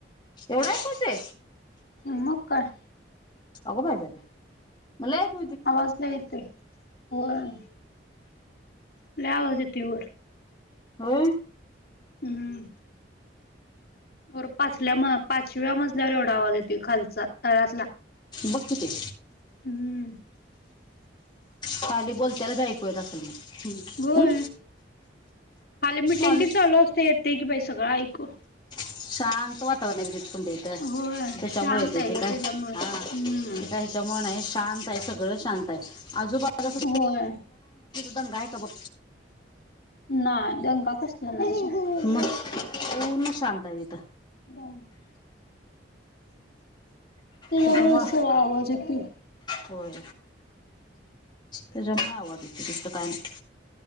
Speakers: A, on the left; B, on the left.
A: एवढा एकच ये.
B: मग काय
A: अगो बाय बाय मला एक
B: आवाज लय येतोय, होय. लय आवाज येतोय वर
A: होय.
B: हम्म वर पाचल्या म पाचव्या मजल्यावर एवढा आवाज येतोय खालचा तळातला
A: बघ किती
B: हम्म
A: खाली बोलत्याला बी ऐकू येत असेल
B: होय
A: मग
B: खाली मिटिंग
A: हं?
B: ते चालू असते येते की बाई सगळं ऐकू
A: शांत वातावरण ये एकदम तुमच्या इथं
B: होय
A: त्याच्यामुळे
B: शांत
A: येते
B: आहे
A: ते
B: ग
A: काय
B: त्याच्यामुळेच
A: हा ते
B: हम्म.
A: काय ह्याच्यामुळे नाही शांत आहे सगळं शांत आजूबाजला
B: होय
A: दंगा आहे का बघ
B: नाही दंगा कसला नाही. सोड.
A: म पुर्ण शांत ये तिथ
B: हा. त्याचमुळ‌
A: त्याच्यामुळं
B: सगळ आवाज येतोय.
A: होय, त्याच्यामुळे आवाज येतो दुसर काय नाही.